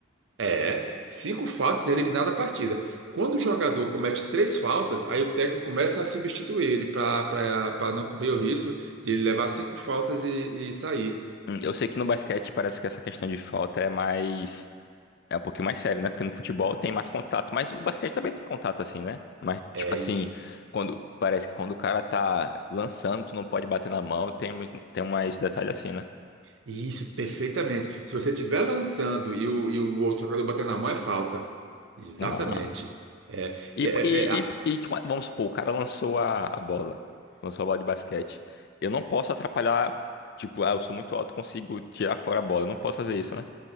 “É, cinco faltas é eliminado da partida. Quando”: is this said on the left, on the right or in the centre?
Right